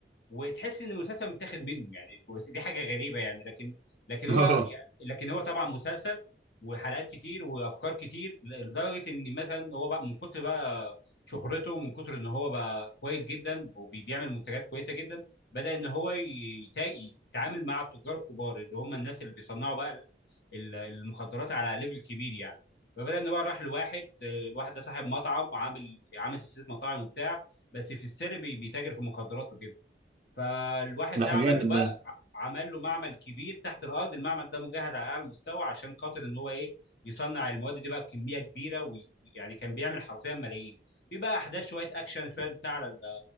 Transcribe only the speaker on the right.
<laughs>
اه
ده
جامد
ده